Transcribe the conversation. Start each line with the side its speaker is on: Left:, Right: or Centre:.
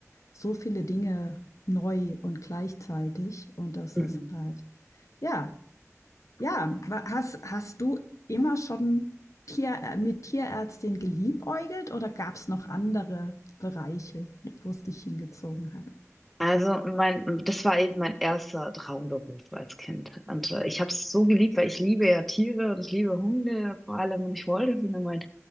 Left: so viele Dinge neu und gleichzeitig. Und das
Centre: Mhm.
Left: ist halt, ja, ja. Hast, hast du immer schon Tier, äh, mit Tierärztin geliebäugelt oder gab es noch andere Bereiche, wo es dich hingezogen hat?
Centre: Also mein, das war eben mein erster Traumberuf als Kind. Und äh, ich habe es so geliebt, weil ich liebe ja Tiere und ich liebe Hunde vor allem und ich wollte für meine